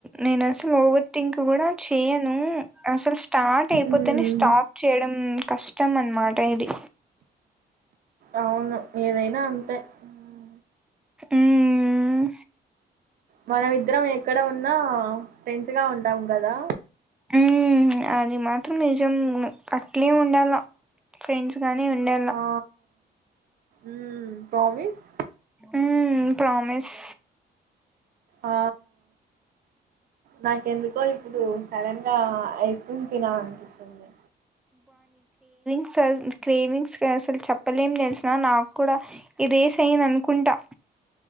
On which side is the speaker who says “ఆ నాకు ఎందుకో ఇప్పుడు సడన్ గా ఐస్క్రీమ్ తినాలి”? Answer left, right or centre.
Right